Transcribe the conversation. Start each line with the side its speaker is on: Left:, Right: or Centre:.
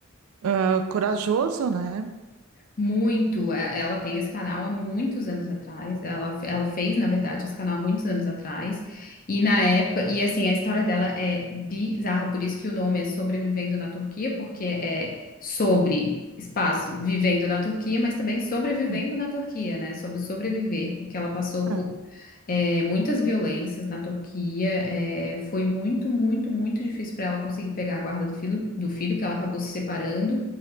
Right: ah, corajoso, né?
Left: muito, é- ela tem esse canal há muitos anos atrás, ela, ela fez, na verdade, esse canal há muitos anos atrás, e na época, e assim, a história dela é bizarra, por isso que o nome é Sobrevivendo na Turquia, porque é sobre, espaço, vivendo na Turquia, mas também sobrevivendo
Right: Uhum.
Left: na Turquia, né, sobre sobreviver, porque ela passou
Right: Ah.
Left: por é, muitas violências na Turquia, é, foi muito, muito, muito difícil para ela conseguir pegar a guarda do filho, do filho, que ela acabou se separando,